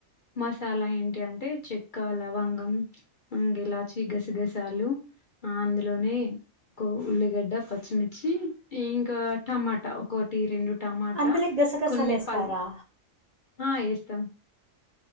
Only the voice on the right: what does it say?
అందులోకి గసగసాలు
వేస్తారా